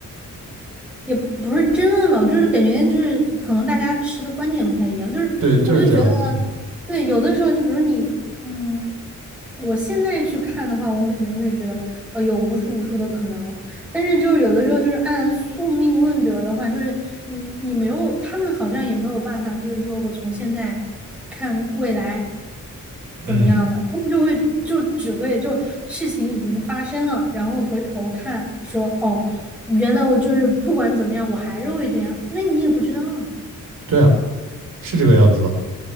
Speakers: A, in the centre; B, on the right (about 80°).
A: 也不是争论吧，我就是感觉就是可能大家持的观点不太一样，就是我就觉得，
B: 对，就是这样的，嗯
A: 对，有的时候就比如你，嗯，我现在去看的话，我肯定会觉得，呃，有无数无数的可能，但是就是有的时候就是按宿命论者的话，就是你你没有，他们好像也没有办法，就是说我从现在看未来，
B: 嗯，
A: 怎么样的，他们就会就只会就事情已经发生了，然后回头看说哦，原来我就是不管怎么样，我还是会这样，那你也不知道啊。
B: 对啊，是这个样子的，